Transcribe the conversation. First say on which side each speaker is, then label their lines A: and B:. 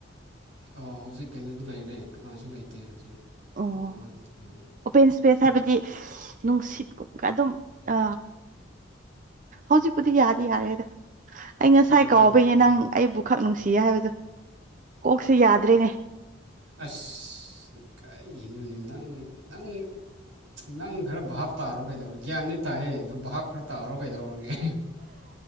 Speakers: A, on the right; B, on the right.
A: ꯑꯣ ꯍꯧꯖꯤꯛ ꯀꯩꯅꯣꯗ ꯂꯩꯔꯦ ꯀꯅꯥꯁꯨ ꯂꯩꯇꯦ ꯍꯧꯖꯤꯛ
B: ꯑꯣ
A: ꯀꯩꯅꯣꯗ ꯂꯩꯔꯦ
B: ꯑꯣꯄꯦꯟ ꯏꯁꯄꯦꯁ ꯍꯥꯏꯕꯗꯤ ꯅꯨꯡꯁꯤꯠꯀꯨꯝꯕꯒ ꯑꯗꯨꯝ ꯑ ꯍꯧꯖꯤꯛꯄꯨꯗꯤ ꯌꯥꯗꯤ ꯌꯥꯔꯦꯗ ꯑꯩ ꯉꯁꯥꯏ
A: ꯍꯧꯖꯤꯛꯇꯤ
B: ꯀꯥꯎꯕꯩꯅꯦ
A: ꯌꯥꯔꯅꯤꯗ
B: ꯅꯪ ꯑꯩꯕꯨ ꯈꯛ ꯅꯨꯡꯁꯤꯌꯦ ꯍꯥꯏꯕꯗꯣ ꯀꯣꯛꯁꯤ ꯌꯥꯗ꯭ꯔꯦꯅꯦ
A: ꯑꯁ ꯀꯩꯒꯤꯅꯣꯅꯦ ꯅꯪ ꯅꯪ ꯅꯪ ꯈꯔ ꯚꯥꯞ ꯇꯥꯔꯣ ꯀꯩꯗꯧꯔꯣ ꯒ꯭ꯌꯥꯟꯗꯤ ꯇꯥꯑꯦ ꯑꯗꯨꯗꯣ ꯚꯥꯞ ꯈꯔ ꯇꯥꯔꯔꯣ ꯀꯩꯗꯧꯔꯒꯦ <inaudible>